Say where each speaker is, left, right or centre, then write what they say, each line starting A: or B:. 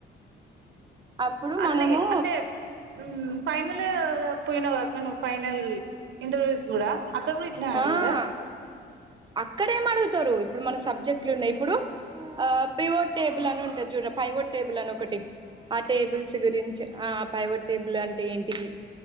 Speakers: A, on the right; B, on the right.
A: అప్పుడు
B: అన్నయే
A: మనము
B: అంటే ఉమ్ ఫైనలే పొయినవ్ అక్క నువ్వు ఫైనల్ ఇంటర్వ్యూస్ గూడా అక్కడ కూడ ఇట్లే ఆడిగిరా
A: ఆ అక్కడేం అడుగుతరు ఇప్పుడు మన సబ్జెక్ట్లున్నయ్ ఇప్పుడు ఆ పివుడ్ టేబుల్ అని ఉంటది చూడర పైవడ్ టేబుల్ అని ఒకటి ఆ టేబుల్స్ గురించి ఆ పైవుడ్ టేబుల్ అంటే ఏంటిది